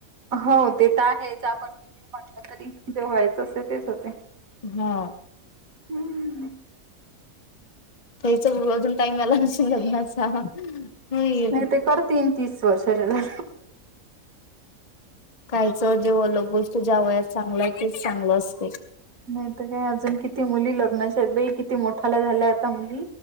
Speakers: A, on the right (about 75°); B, on the left (about 30°).
A: हो ते तर आहेच आपण तिथ म्हटलं तरी जे व्हायचं असं तेच होते.
B: हा.
A: हम्म.
B: तेच अजून टाईम आला न लग्नाचा. होईल
A: नाही ते करतेन तीस वर्षाच्या.
B: काहीचं जेलोक गोष्ट ज्या वयात चांगलं आहे तेच चांगलं असत.
A: नाहीत काय अजून किती मुली लग्नाच्या आहेत बाई किती मोठाला झाल्या आता मुली.